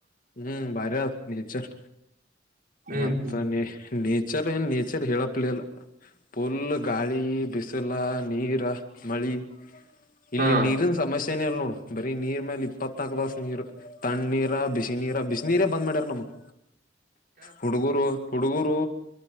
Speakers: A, on the left; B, on the right.
A: ಹ್ಮ್ ಭಾರಿ ಆದ ನೇಚರ್
B: ಹ್ಮ್
A: ಮತ್ತ
B: ಹ್ಮ್
A: ನೀ ನೇಚರ್ ಏನು ನೇಚರ್ ಹೇಳಪ್ಲಲ್ಲ ಪುಲ್ ಗಾಳಿ ಬಿಸಿಲ ನೀರ ಮಳಿ ಇಲ್ಲಿ
B: ಹಾ
A: ನೀರಿನ ಸಮಸ್ಯೆ ಎಲ್ ನೋಡು ಬರೀ ನೀರ್ ಮೇಲೆ ಇತ್ನಾಲ್ಕು ದಸ್ ನೀರು ತಣ್ಣ ನೀರ ಬ ಬ ನೀರ ಬಿಸ ನೀೀರ ಬಂದ್ ಮಾಡ್ಯಾರ ನಮಗ್ ಹುಡುಗೂರು ಹುಡುಗರು